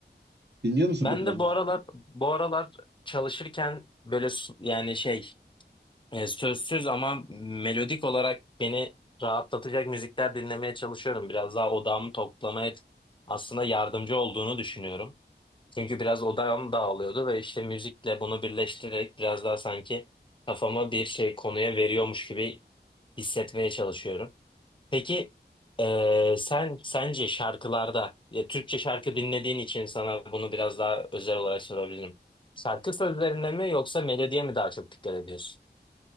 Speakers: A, on the right; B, on the left.
A: Dinliyor musun
B: Ben
A: bu tarz
B: de
A: müzik?
B: bu aralar bu aralar çalışırken böyle su- yani şey e, sözsüz ama melodik olarak beni rahatlatacak müzikler dinlemeye çalışıyorum. Biraz daha odağımı toplamaya aslında yardımcı olduğunu düşünüyorum. Çünkü biraz odağım dağılıyordu ve işte müzikle bunu birleştirerek biraz daha sanki kafama bir şey konuya veriyormuş gibi hissetmeye çalışıyorum. Peki eee, sen sence şarkılarda ya Türkçe şarkı dinlediğin için sana bunu biraz daha özel olarak sorabilirim. Şarkı sözlerine mi yoksa melodiye mi daha çok dikkat ediyorsun?